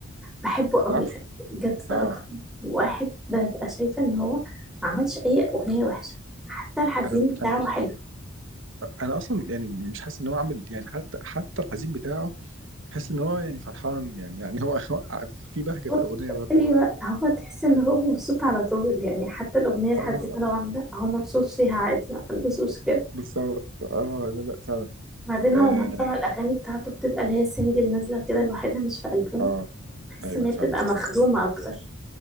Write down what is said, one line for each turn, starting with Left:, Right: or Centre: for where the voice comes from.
Centre: بحبه قوي
Right: صح؟
Centre: يعني بجد ده
Right: اه
Centre: اكتر واحد ببقى شايفه ان هو ما عملش اي اغنيه وحشه حتى الحزين
Right: انا
Centre: بتاعه
Right: انا
Centre: حلو
Right: انا اصلا يعني مش حاسس ان هو عامل يعني حتى حتى الحزين بتاعه حاسس ان هو يعني فرحان يعني يعني هو <laughs> هو في بهجه
Centre: هو
Right: في الاغنيه برضه
Centre: ايوه هو تحس ان هو مبسوط على طول يعني حتى الاغنيه الحزينه
Right: اه
Centre: لو عامله هو مبسوط فيها عادي ما عندوش مشكله
Right: بالظبط اه لا لا فعلا
Centre: بعدين
Right: اه
Centre: هو معظم الاغاني بتاعته بتبقى اللي هي سنجل نازله كده لوحدها مش في البوم
Right: آه،
Centre: بحس
Right: ايوه
Centre: ان هي
Right: فعلا
Centre: بتبقى
Right: بس
Centre: مخدومه اكتر